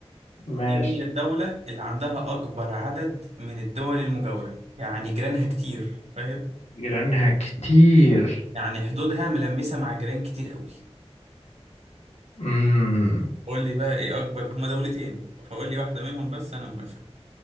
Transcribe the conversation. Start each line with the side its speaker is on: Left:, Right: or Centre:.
Left: ماشي
Right: ايه هي الدولة اللي عندها اكبر عدد من الدول المجاورة يعني جيرانها كتير فاهم
Left: جيرانها كتير
Right: يعني حدودها ملمسة مع جيران كتير قوي
Left: امم
Right: قول لي بقى ايه اكبر هما دولتين فقول لي واحدة منهم بس انا موافق